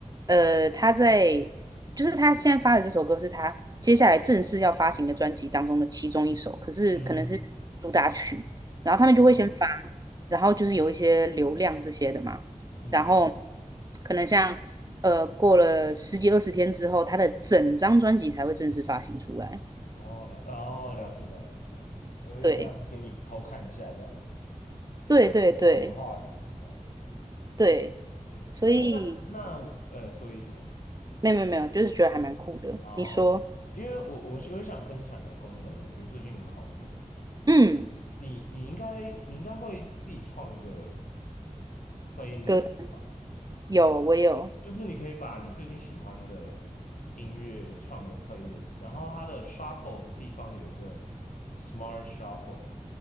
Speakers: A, on the right (about 30°); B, on the left (about 85°).
A: 呃，他在就是他现在发的这首歌是他接下来正式要发行的专辑当中的其中一首，可是可能是主打曲，
B: 嗯，
A: 然后他们就会先发，
B: 哦，
A: 然后就是有一些流量这些的嘛，
B: 嗯，
A: 然后可能像呃过了十几二十天之后，他的整张专辑才会正式发行出来。
B: 哦了，哦了解了解了解，有点像给你偷看一下这样，
A: 对，对对对
B: 好个话题这样。
A: 对，
B: 嗯，
A: 所以
B: 哎，那那呃，所以什么？
A: 没有没有没有，就是觉得还蛮酷的。
B: 哦，
A: 你说？
B: 因为我我是我想分享一个功能，我觉得最近很好用。
A: 嗯，
B: 你你应该你应该会自己创一个 playlist
A: 哥
B: 的吧？
A: 有，我有，
B: 就是你可以把你最近喜欢的音乐创一个 playlist，然后它的 shuffle 的地方有一个 smart shuffle，